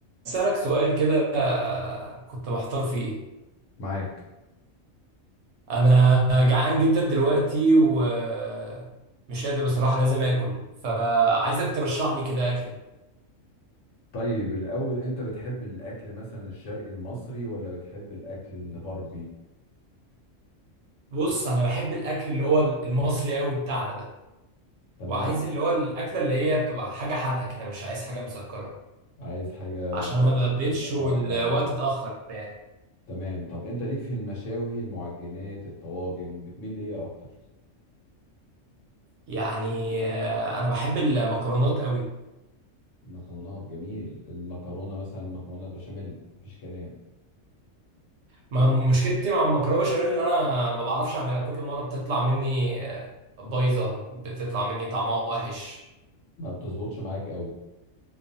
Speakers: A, on the right (about 65°); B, on the left (about 75°).
A: أسألك سؤال كده آه، كنت محتار فيه
B: معاك
A: أنا جعان جدا دلوقتي ومش قادر بصراحة لازم آكل فعايزك ترشح لي كده أكلة
B: طيب الأول أنت بتحب الأكل مثلا الشرقي المصري ولا بتحب الأكل الغربي؟
A: بص أنا بحب الأكل اللي هو المصري قوي بتاعنا ده
B: تمام
A: وعايز اللي هو الأكلة اللي هي بتبقى حاجة حادقة كده مش عايز حاجة مسكرة
B: عايز حاجة
A: عشان
B: فرشة
A: ما اتغديتش
B: كده اه
A: والوقت
B: اه
A: اتأخر يعني
B: تمام طب أنت ليك في المشاوي المعجنات الطواجن بتميل لإيه أكتر؟
A: يعني آه، أنا بحب المكرونات قوي
B: مكرونات جميل المكرونة مثلا مكرونة بشاميل مفيش كلام
A: ما مشكلتي مع المكرونه بشاميل ان انا ما بعرفش اعملها كل مره بتطلع مني آه، بايظه بتطلع مني طعمها وحش
B: ما بتظبطش معاك قوي